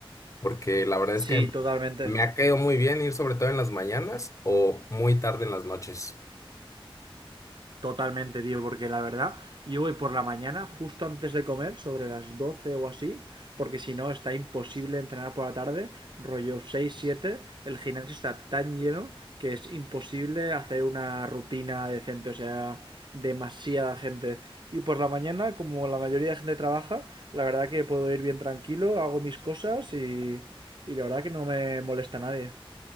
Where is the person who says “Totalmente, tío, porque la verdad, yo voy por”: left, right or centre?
Right